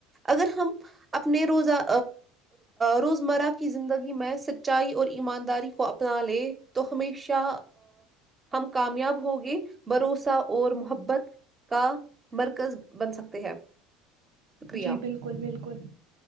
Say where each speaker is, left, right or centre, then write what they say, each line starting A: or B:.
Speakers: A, on the right; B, on the right.
A: اگر ہم اپنے روزہ روزمرہ کی زندگی میں سچائی اور ایمانداری کو اپنا لے تو ہمیشہ ہم کامیاب ہوگے بھروسہ اور محبت کا مرکز بن سکتے ہیں شکریہ
B: جی بالکل بالکل